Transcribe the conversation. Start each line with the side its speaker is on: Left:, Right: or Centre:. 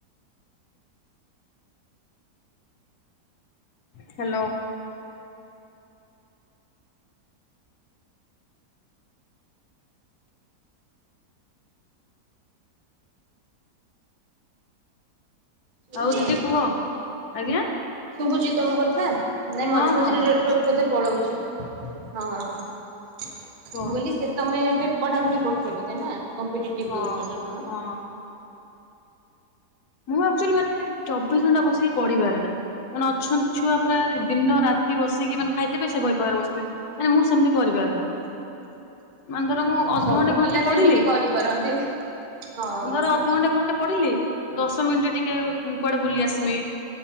Left: ହ୍ୟାଲୋ
Right: ଶୁଣୁଛି
Left: ଆଉ ଦିଦି କୁହ ଆଜ୍ଞା
Right: ଶୁଭୁଛି ତମ କଥା ନାଇଁ
Left: ହଁ
Right: ମଝି ମଝିରେ
Left: ହଁ ଶୁଭୁଛି
Right: ନେଟୱର୍କ ବୋଧେ ପଳଉଛି। ହଁ ମୁଁ
Left: କୁହ।
Right: କୋହିଲି ସେ ତମେ ଏବେ ପଢାପଢି କରୁଛ ବୋଧେ ନା। କମ୍ପିଟେଟିଭ୍
Left: ହଁ
Right: ଦେଉଛ ନା କଣ?
Left: ହଁ। ମୁଁ ଆକ୍ଚୁଲି ମାନେ ଚବିଶ୍ ଘଣ୍ଟା ବସିକି ପଢିପାରେ ନା। ମାନେ ଅଛନ୍ତି ଛୁଆ ପୁରା ଦିନ ରାତି ବସିକି ମାନେ ଖାଇଦେବେ ସେ ବହି ପାଖରେ ବସିବେ। ମାନେ ମୁଁ ସେମିତି କରିପାରେ ନା। ମାନେ ଧର ମୁଁ ଅଧଘଣ୍ଟେ
Right: ସବୁ
Left: ଘଣ୍ଟେ
Right: ପିଲା
Left: ପଢିଲି
Right: ସେମିତି କରିପାରନ୍ତିନି। ହଁ
Left: ଧର ଅଧଘଣ୍ଟେ ଘଣ୍ଟେ ପଢିଲି ଦଶ ମିନିଟ୍ ଟିକେ ମୁଁ କୁଆଡେ ବୁଲି ଆସିମି।